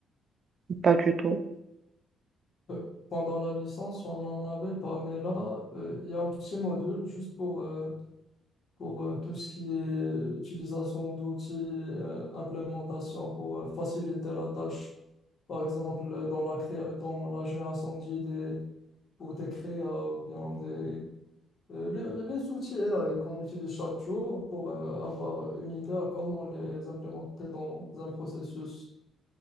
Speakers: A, on the right (about 45°); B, on the left (about 55°).
A: Pas du tout.
B: Euh, pendant la licence, on n'en avait pas, mais là, euh, il y a un petit module juste pour, euh, pour euh, tout ce qui est utilisation d'outils, euh, implémentation pour euh, faciliter la tâche. Par exemple, euh, dans la, créa- dans la génération d'idées pour des créas ou bien des Euh, le- les outils AI qu'on utilise chaque jour pour euh, avoir une idée à comment les implémenter dans un processus